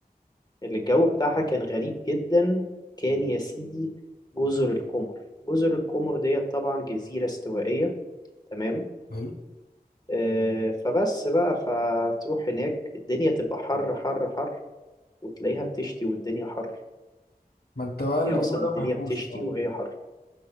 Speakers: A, on the left; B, on the left.
A: اللي الجو بتاعها كان غريب جدا كان يا سيدي جزر القمر جزر القمر ديت طبعا جزيرة استوائية تمام
B: حلو
A: آه، فبس بقى فتروح هناك الدنيا تبقى حر حر حر وتلاقيها بتشتي والدنيا حر
B: ما انت بقى الجو
A: هي أصلا
B: ده
A: الدنيا
B: ما بحبوش
A: بتشتي
B: بصراحة
A: وهي حر